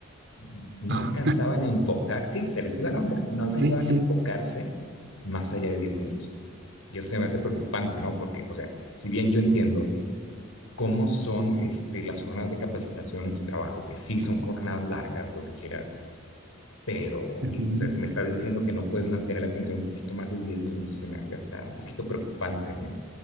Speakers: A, on the left; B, on the right.
A: No, no
B: Ah,
A: alcanzaban a enfocar, sí, se les iba la onda, no alcanzaban
B: <laughs> sí, sí,
A: a enfocarse más allá de 10 minutos. Y eso se me hace preocupante, ¿no? Porque, o sea, si bien yo entiendo cómo son este, las jornadas de capacitación en tu trabajo, que sí son jornadas largas, lo que quieras, pero, oye,
B: ujú.
A: o sea, si me estás diciendo que no puedes mantener la atención un poquito más de 10 minutos, se me hace hasta un poquito preocupante, ¿eh?